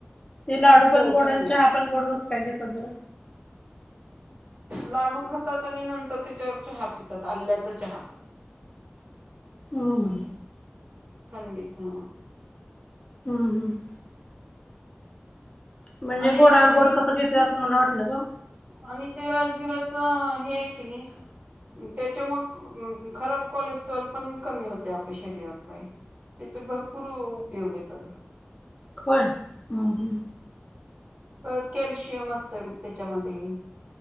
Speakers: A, on the left; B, on the right.
A: ते लाडू
B: हो
A: पण गोड
B: चांगलं
A: आणि चहा
B: आहे
A: पण गोडगस काय घेतात बरं
B: लाडू खातात आणि नंतर त्याच्यावर चहा पितात आल्याचा चहा
A: हम्म
B: असं खंडित ह
A: हम्म हम् म्हणजे
B: आणि
A: गोड्यावर
B: त्यांनी
A: गोड कसं घेते असं मला वाटलं ग
B: आणि ते राजगिऱ्याच हे आहे कि नाही त्याच्यामु खराब कोलेस्ट्रॉल पण कमी होते आपल्या शरीरातला त्याचे भरपूर उपयोग येतात
A: खर हम हम
B: पर कॅल्शियम असतं त्याच्यामध्ये